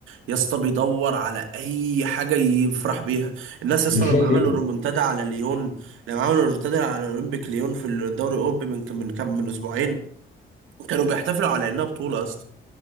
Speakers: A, on the right; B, on the left.
A: يا اسطى بيدور على اي حاجه يفرح بيها الناس يا
B: مش
A: اسطى لما
B: لاقي نجم
A: عملوا ريمونتادا على ليون لما عملوا ريمونتادا على اولمبيك ليون في الدوري الاوروبي من كم من كم من اسبوعين كانوا بيحتفلوا على انها بطوله يا اسطى